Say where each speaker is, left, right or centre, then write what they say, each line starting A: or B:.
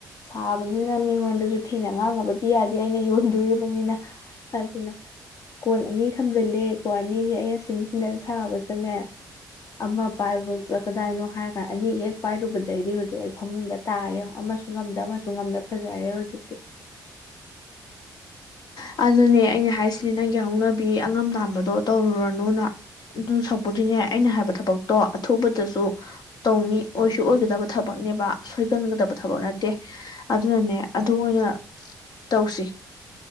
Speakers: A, on the left; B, on the left.
A: ꯁꯥꯕꯅꯤꯅ ꯃꯤꯉꯣꯟꯗꯁꯨ ꯊꯤꯅ ꯉꯥꯡꯉꯨꯕꯗꯤ ꯌꯥꯗꯦ ꯑꯩꯅ ꯌꯣꯟꯗꯣꯔꯤꯕꯅꯤꯅ ꯑꯗꯨꯅ ꯀꯣꯟ ꯑꯅꯤ ꯊꯝꯖꯤꯜꯂꯦ ꯀꯣꯟ ꯑꯅꯤꯁꯦ ꯑꯩꯅ ꯁꯤꯟ ꯁꯤꯟꯗ ꯁꯥꯕꯁꯤꯗꯅꯦ ꯑꯃ ꯄꯥꯏꯕꯐꯧꯗ ꯀꯗꯥꯏꯅꯣ ꯍꯥꯏꯔꯀꯥꯟꯗ ꯑꯅꯤ ꯍꯦꯛ ꯄꯥꯏꯔꯨꯕꯗꯩꯗꯤ ꯍꯧꯖꯤꯛ ꯑꯩ ꯐꯃꯨꯡꯗ ꯇꯥꯔꯦ ꯑꯃꯁꯨ ꯉꯝꯗ ꯑꯃꯁꯨ ꯉꯝꯗ ꯐꯖꯔꯦ ꯍꯧꯖꯤꯛꯇꯤ
B: ꯑꯗꯨꯅꯦ ꯑꯩꯅ ꯍꯥꯏꯔꯤꯁꯤꯅꯦ ꯅꯪ ꯍꯧꯅꯕꯤ ꯑꯉꯝ ꯇꯥꯟꯕꯗꯣ ꯇꯧꯔꯨꯔꯅꯨꯅ ꯑꯗꯨ ꯁꯛꯄꯗꯨꯅꯦ ꯑꯩꯅ ꯍꯥꯏꯕ ꯊꯕꯛꯇꯣ ꯑꯊꯨꯕꯗꯁꯨ ꯇꯧꯅꯤ ꯑꯣꯏꯁꯨ ꯑꯣꯏꯒꯗꯕ ꯊꯕꯛꯅꯦꯕ ꯁꯣꯏꯒꯟꯒꯗꯕ ꯊꯕꯛ ꯅꯠꯇꯦ ꯑꯗꯨꯅꯅꯦ ꯑꯗꯨ ꯑꯣꯏꯅ ꯇꯧꯁꯤ